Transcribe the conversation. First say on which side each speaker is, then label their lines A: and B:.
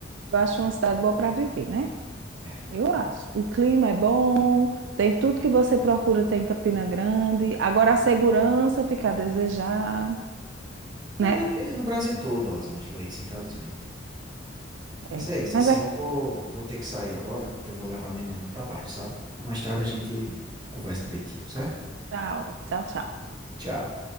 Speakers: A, on the right (about 65°); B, on the right (about 25°).
A: Eu acho uma cidade boa para viver, né?
B: É.
A: Eu acho. O clima é bom, tem tudo que você procura, tem em Campina Grande. Agora a segurança fica a desejar, né?
B: É, vai ter no Brasil todo, Rosângela, é isso infelizmente. Mas
A: É.
B: é isso,
A: Mas
B: assim,
A: aqui,
B: eu vou eu vou ter que sair agora, porque eu vou levar minha mãe no trabalho, sabe. Mais tarde a gente conversa direitinho, certo?
A: tchau, tchau, tchau.
B: Tchau.